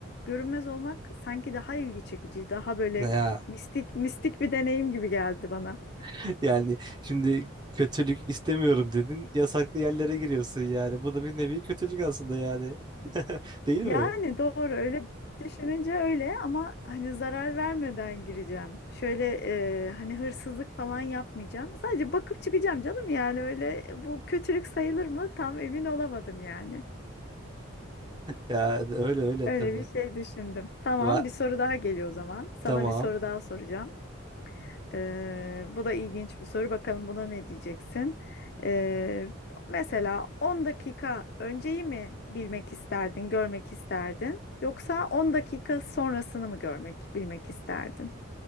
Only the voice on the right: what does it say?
Ne Ya
<laughs> yani şimdi kötülük istemiyorum dedin. Yasaklı yerlere giriyorsun yani. Bu da bir nevi kötülük aslında yani. <laughs> Değil
mi?
Ya öyle öyle
tabii.
Va
tamam.